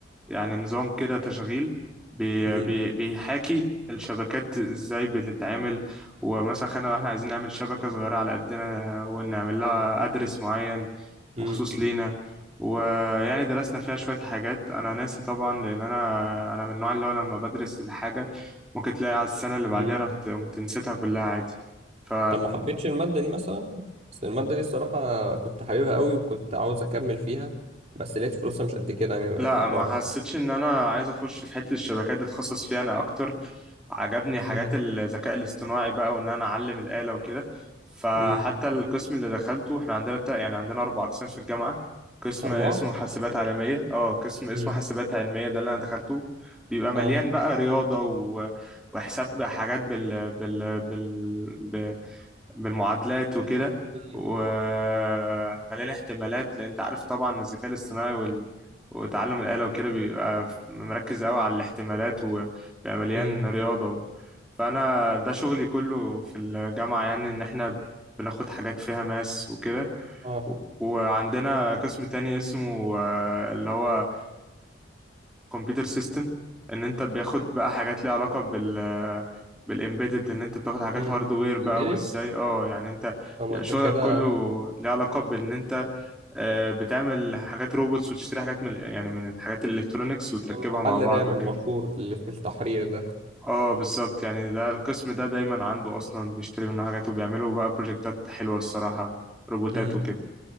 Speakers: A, in the centre; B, on the right.
A: يعني نظام كده تشغيل بي
B: امم
A: بي بيحاكي الشبكات ازاي بتتعمل ومثلا خلينا لو احنا عايزين نعمل شبكة صغيرة على قدنا ونعمل لها
B: اه
A: ادرس معين مخصوص
B: امم
A: لينا ويعني درسنا فيها شوية حاجات أنا ناسي طبعا لأن أنا أنا من النوع اللي هو لما بدرس الحاجة ممكن تلاقي على السنة اللي بعديها
B: امم
A: رحت قمت نسيتها كلها عادي ف
B: طب ما يعني حبيتش المادة دي مثلا بس المادة دي الصراحة كنت حاببها قوي وكنت عاوز أكمل فيها بس لقيت فلوسها مش قد كده يعني آه،
A: لا
B: بره
A: ما
B: يعني
A: حسيتش ان انا عايز اخش في حته الشبكات دي اتخصص فيها انا اكتر عجبني حاجات
B: امم
A: الذكاء الاصطناعي بقى وان انا اعلم الاله وكده فحتى
B: امم
A: القسم اللي دخلته احنا عندنا تا- يعني عندنا اربع اقسام في الجامعه قسم
B: أربعة
A: اسمه حاسبات عالميه اه قسم اسمه
B: امم
A: حاسبات علميه ده اللي انا دخلته بيبقى مليان
B: اه
A: بقى رياضه و... وحساب حاجات بال... بال... بال... بالمعادلات وكده
B: امم
A: ومليان احتمالات لان انت عارف طبعا الذكاء الاصطناعي وال... وتعلم الآلة وكده بيبقى ف- مركز قوي على الاحتمالات وبيبقى مليان
B: امم
A: رياضة و... فأنا ده شغلي كله في الجامعة يعني إن إحنا بناخد حاجات فيها ماس وكده
B: اه
A: و- وعندنا قسم تاني اسمه آه، اللي هو كمبيوتر سيستم ان انت بياخد بقى حاجات ليها علاقة بال بالامبيدد ان انت بتاخد حاجات
B: امم
A: هاردوير بقى
B: امبيدد
A: وازاي
B: امم
A: اه يعني انت
B: طب
A: بيبقى
B: ما أنت
A: شغلك
B: كده
A: كله ليه علاقة بان انت آه، بتعمل حاجات روبوتس وتشتري حاجات من يعني من الحاجات الالكترونيكس وتركبها
B: يعني محل
A: مع بعض
B: رام
A: وكده
B: المشهور اللي في التحرير ده
A: اه بالظبط يعني ده القسم ده دايما عنده اصلا بيشتري منه حاجات وبيعملوا بقى بروجكتات حلوة الصراحة روبوتات
B: امم
A: وكده